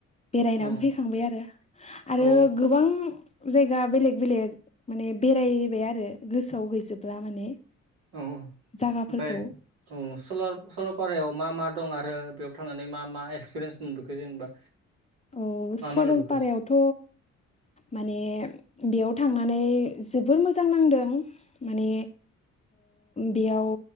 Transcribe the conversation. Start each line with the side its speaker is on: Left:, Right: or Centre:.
Left: बेरायनानै
Right: औ
Left: फैखांबाय आरो आरो
Right: औ
Left: गोबां जायगा बेलेग -बेलेग माने बेरायबाय आरो गोसोआव गैजोबला माने
Right: औ औ ओमफ्राय
Left: जागाफोरखौ
Right: औ सरलपारायाव मा -मा दं आरो बेयाव थांनानै मा- मा एक्सपिरियेन्स मोनबोखो जेनेबा
Left: औ
Right: मा
Left: सरलपारायावथ'
Right: मा नुबोखो
Left: माने बेयाव थांनानै जोबोर मोजां नांदों। माने बेयाव